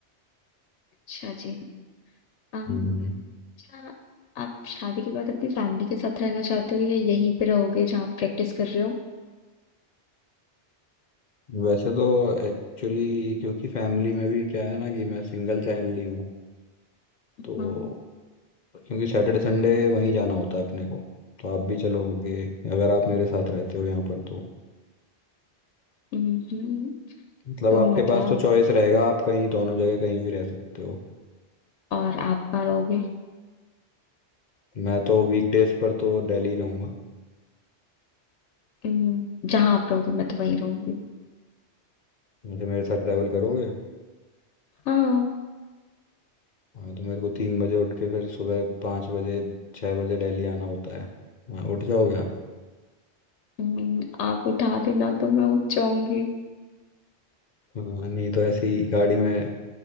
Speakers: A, on the left; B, on the left.
A: अच्छा जी अम,
B: हम्म
A: अच्छा आप शादी के बाद अपनी फैमिली के साथ रहना चाहते हो या यहीं पे रहोगे जहाँ आप प्रैक्टिस कर रहे हो
B: वैसे तो एक्चुअली क्योंकि फैमिली में भी क्या है ना कि मैं सिंगल चाइल्ड ही हूँ तो
A: हाँ
B: क्योंकि सैटरडे संडे वहीं जाना होता है अपने को तो आप भी चलोगे अगर आप मेरे साथ रहते हो यहाँ पर तो
A: हम्म,
B: मतलब
A: तो
B: आपके
A: मतलब
B: पास तो चॉइस रहेगा आप कहीं दोनों जगह कहीं भी रह सकते हो
A: और आप कहाँ रहोगे
B: मैं तो वीकडेज पर तो दिल्ली रहूंगा
A: हम्म, जहाँ आप रहोगे मैं तो वहीं रहूंगी
B: जैसे मेरे साथ ट्रैवल करोगे
A: हाँ
B: हाँ तो मेरे को तीन बजे उठ के फिर सुबह पाँच बजे छः बजे दिल्ली आना होता है हाँ, उठ जाओगे आप
A: हम्म, आप उठा देना तो मैं उठ जाऊंगी
B: हाँ, नहीं तो ऐसी गाड़ी में